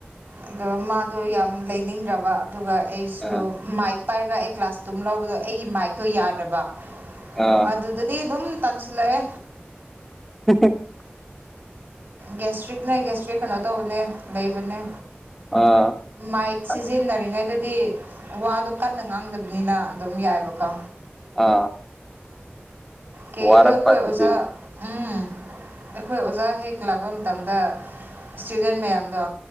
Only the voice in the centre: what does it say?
ꯑꯥ
ꯑꯥ ꯑꯥ
<unintelligible>
ꯑꯥ
ꯑꯁ
ꯑꯥ
ꯋꯥꯔꯛꯄ
ꯑꯗꯨꯗꯤ